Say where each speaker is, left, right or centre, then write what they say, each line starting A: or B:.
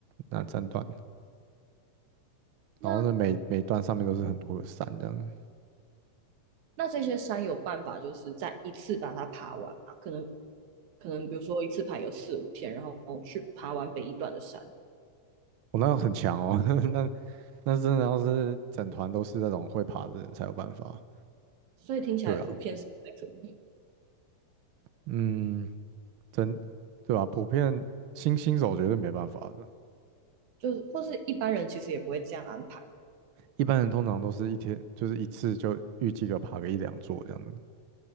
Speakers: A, on the right; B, on the right.
A: 南三段，
B: 那
A: 然后呢每每段上面都是很多的山这样。
B: 那这些山有办法就是在一次把它爬完吗？可能可能比如说一次爬有四五天，然后去爬完北一段的山，
A: 我、哦那个很强哦，<laughs> 那那真的要是整团都是那种会爬的人才有办法。
B: 所以听起来普遍是不太可能，
A: 对啊，嗯，真对吧、普遍新新手绝对没办法的，
B: 就是或是一般人其实也不会这样安排
A: 一般人通常都是一天就是一次就预计个爬个一两座这样子。